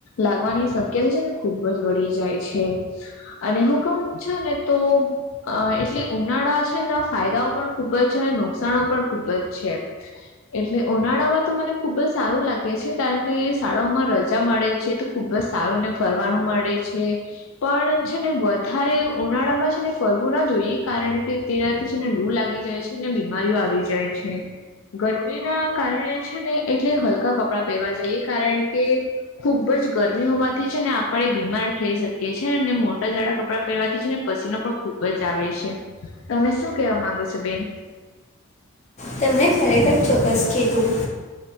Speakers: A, on the left; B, on the left.
A: લાગવાની શક્યતા છે ને ખુબ જ વળી જાય છે અને હું કોમ છુ ને તો. અ એટલે ઉનાળા છેના ફાયદાઓ પણ ખૂબ જ છે અને નુકસાન પણ ખૂબ જ છે. એટલે ઉનાળામાં તો મને ખુબ જ સારું લાગે છે કારણ કે શાળાઓમાં રજા મળે છે. ખુબ જ સારું ને ફરવાનું મળે છે પણ છે ને વધારે ઉનાળા માં છે ને ફરવું ના જોઈએ કારણ કે તેનાથી છેને લૂ લાગી જાય છે ને બીમારીઓ આવી જાય છે. ગરમી ના કારણે છે ને એટલે હલકા કપડાં પહેરવા જઈએ કારણ કે ખુબ જ ગરમી હોવાથી છે ને આપડે બીમાર થઈ શકીએ છીએ ને મોટા જાઝડા કપડાં પહેરવાથી છે ને પછી ન પણ ખુબ જ આવે છે તમે શું કેવા માંગો છો બેન
B: તેમણે ખરેખર ચોક્કસ કીધું.